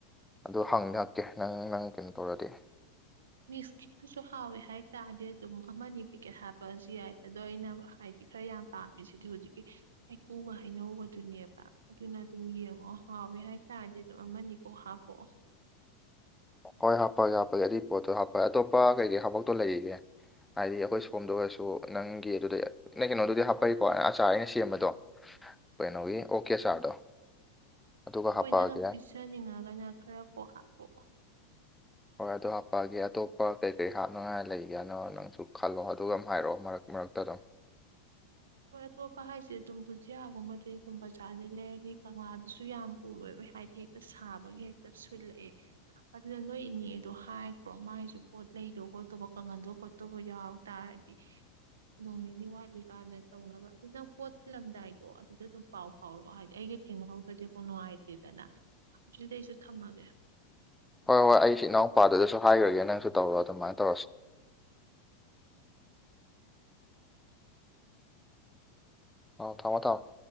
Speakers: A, in the centre; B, on the right.
A: ꯑꯗꯣ ꯍꯪꯗꯤ ꯍꯪꯀꯦ ꯅꯪ ꯅꯪ ꯀꯩꯅꯣ ꯇꯧꯔꯗꯤ
B: ꯃꯤꯁꯀꯤꯠꯇꯨꯁꯨ ꯍꯥꯎꯋꯦ ꯍꯥꯏꯇꯥꯗꯤ ꯑꯗꯨꯝ ꯑꯃꯅꯤ ꯄꯤꯀꯦꯠ ꯍꯥꯞꯄꯑꯁꯨ ꯌꯥꯏ ꯑꯗꯣ ꯑꯩꯅ ꯍꯥꯏꯠ ꯈꯔ ꯌꯥꯝ ꯄꯥꯝꯃꯤ ꯁꯤꯗꯤ ꯍꯨꯖꯤꯛꯀꯤ ꯍꯩꯀꯨꯒ ꯍꯩꯅꯧꯒꯗꯨꯅꯦꯕ ꯑꯗꯨꯅ ꯑꯗꯨꯝ ꯌꯦꯡꯉꯣ ꯍꯥꯎꯋꯦ ꯍꯥꯏꯇꯥꯔꯗꯤ ꯗꯨ ꯑꯃꯅꯤꯀꯣ ꯍꯥꯞꯄꯑꯣ
A: ꯍꯣꯏ ꯍꯥꯞꯄꯒꯦ ꯍꯥꯞꯄꯒꯦ ꯑꯗꯨꯏ ꯄꯣꯠꯇꯣ ꯍꯥꯞꯄ ꯑꯇꯣꯞꯄ ꯀꯩꯀꯩ ꯍꯥꯞꯄꯛꯇꯣ ꯂꯩꯔꯤꯒꯦ ꯍꯥꯏꯗꯤ ꯑꯈꯣꯏ ꯁꯣꯝꯗ ꯑꯣꯏꯔꯁꯨ ꯅꯪꯒꯤ ꯑꯗꯨꯗꯩ ꯅꯪ ꯀꯩꯅꯣꯗꯨꯗꯤ ꯍꯥꯞꯄꯩꯀꯣ ꯑꯆꯥꯔ ꯑꯩꯅ ꯁꯦꯝꯕꯗꯣ ꯀꯩꯅꯣꯒꯤ ꯑꯣꯛꯀꯤ ꯑꯆꯥꯔꯗꯣ ꯑꯗꯨꯒ
B: ꯍꯣꯏ
A: ꯍꯥꯞꯄꯛꯑꯒꯦ
B: ꯅꯪꯅ ꯄꯤꯖꯅꯤꯡꯉꯒꯅ ꯈꯔ ꯀꯣꯛ ꯍꯥꯞꯄꯛꯑꯣ
A: ꯍꯣꯏ ꯑꯗꯨ ꯍꯥꯞꯄꯛꯑꯒꯦ ꯑꯇꯣꯞꯄ ꯀꯩ ꯀꯩ ꯍꯥꯞꯅꯉꯥꯏ ꯂꯩꯒꯦꯅꯣ ꯅꯪꯁꯨ ꯈꯜꯂꯣ ꯑꯗꯨꯒ ꯑꯝ ꯍꯥꯏꯔꯛꯑꯣ ꯃꯔꯛ ꯃꯔꯛꯇ ꯑꯗꯨꯝ
B: ꯍꯣꯏ ꯑꯇꯣꯞꯄ ꯍꯥꯏꯁꯦ ꯑꯗꯨꯝ ꯕꯨꯖꯤꯌꯥꯒꯨꯝꯕꯗꯤ ꯒꯨꯝꯕ ꯕꯖꯥꯔꯗꯩ ꯂꯩꯔꯅꯤ ꯀꯪꯂꯥꯗꯨꯁꯨ ꯌꯥꯝ ꯄꯨꯔꯣꯏꯕ ꯍꯥꯏꯗꯤ ꯇ ꯁꯥꯕꯒꯤ ꯍꯦꯛꯇ ꯁꯨꯠꯂꯛꯑꯦ ꯑꯗꯨꯅ ꯅꯣꯏ ꯏꯅꯦꯗꯣ ꯍꯥꯏꯒ꯭ꯔꯣ ꯃꯥꯏꯖꯨ ꯄꯣꯠ ꯂꯩꯗꯣ ꯈꯣꯠꯇꯣꯕ ꯀꯪꯍꯟꯗꯣ ꯈꯣꯠꯇꯧꯕ ꯌꯥꯎ ꯇꯥꯔ ꯗꯤ ꯅꯣꯡꯅꯤꯅꯤ ꯋꯥꯠꯂꯤ ꯀꯥꯟꯗ ꯇꯧꯅꯕ ꯑꯗꯨ ꯅꯪ ꯄꯣꯠ ꯊꯤꯜꯂꯝꯗꯥꯏꯗꯣ ꯑꯗꯨꯗ ꯑꯗꯨꯝ ꯄꯥꯎ ꯐꯥꯎꯔꯛꯑꯣ ꯍꯥꯏꯗꯤ ꯑꯩꯒ ꯊꯦꯡꯅꯍꯧꯗ꯭ꯔꯗꯤ ꯑꯃꯨ ꯅꯨꯡꯉꯥꯏ ꯇꯦꯗꯅ ꯑꯗꯨꯗꯤ ꯑꯩꯁꯨ ꯊꯝꯃꯒꯦ
A: ꯍꯣꯏ ꯍꯣꯏ ꯑꯩꯁꯨ ꯏꯅꯥꯎꯄꯥꯗꯨꯗꯁꯨ ꯍꯥꯏꯒ꯭ꯔꯒꯦ ꯅꯪꯁꯨ ꯇꯧꯔꯣ ꯑꯗꯨꯃꯥꯏꯟ ꯇꯧꯔꯁꯤ ꯑꯥꯎ ꯊꯝꯃꯣ ꯊꯝꯃꯣ